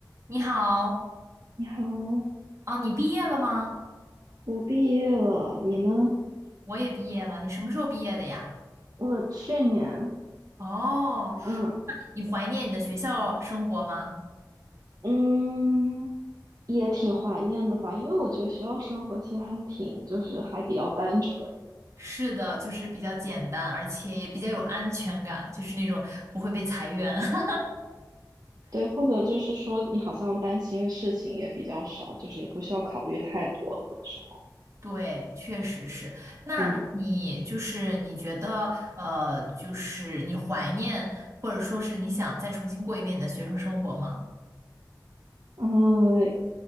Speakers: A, on the right; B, on the right.
A: 你好，
B: 你好，
A: 哦，你毕业了吗？
B: 我毕业了，你呢？
A: 我也毕业了，你什么时候毕业的呀？
B: 我去年，
A: 哦，
B: 嗯
A: 你怀念你的学校生活吗？
B: 嗯，也挺怀念的吧，因为我觉得学校生活其实还挺，就是还比较单纯，
A: 是的，就是比较简单，而且也比较有安全感，就是那种不会被裁员。<laughs>
B: 对，或者就是说你好像担心的事情也比较少，就是也不需要考虑太多，很多时候，
A: 对，确实是。那你就是你觉得，
B: 嗯
A: 呃，就是你怀念，或者说是你想再重新过一遍你的学生生活吗？
B: 嗯，